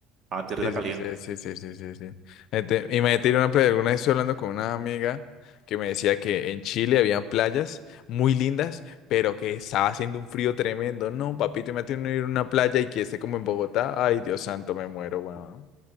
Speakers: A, on the right; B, on the left.
A: a tierra
B: Sí, sí,
A: caliente.
B: sí, sí, sí, sí, sí, sí. Este, Imagínate ir a una playa. Alguna vez estoy hablando con una amiga que me decía que en Chile había playas muy lindas, pero que estaba haciendo un frío tremendo. No, papito, imagínate uno ir a una playa y que esté como en Bogotá. Ay, Dios santo, me muero, weón.